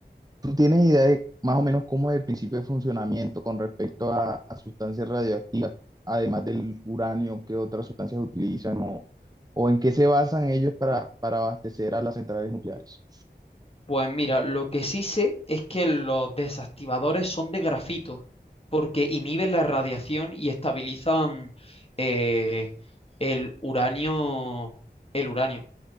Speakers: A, on the right; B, on the left.
A: ¿Tú tienes idea de más o menos cómo es el principio de funcionamiento con respecto a, a sustancias radioactivas, además del uranio, qué otras sustancias utilizan o, o en qué se basan ellos para, para abastecer a las centrales nucleares?
B: Pues mira, lo que sí sé es que los desactivadores son de grafito, porque inhiben la radiación y estabilizan eh, el uranio, el uranio.